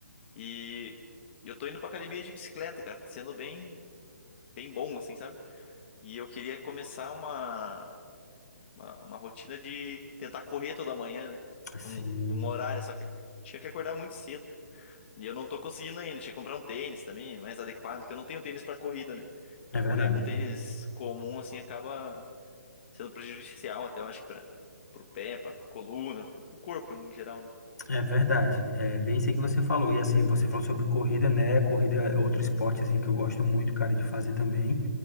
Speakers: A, on the left; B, on the left.
A: E eu tô indo pra academia de bicicleta, cara. Tá sendo bem, bem bom, assim, sabe? E eu queria começar uma, uma, uma rotina de tentar correr toda manhã, né?
B: Sim,
A: Num, num horário, só que tinha que acordar muito cedo. cara. E eu não tô conseguindo ainda. Tinha que comprar um tênis também, mais adequado, que eu não tenho tênis pra corrida, né? E
B: é
A: correr
B: verdade.
A: com tênis comum, assim, acaba sendo prejudicial até, eu acho que para pro pé, pra coluna, pro corpo em geral, né?
B: É verdade. É bem isso aí que você falou. E assim, você falou sobre corrida, né? Corrida é outro esporte assim que eu gosto muito, cara, de fazer também.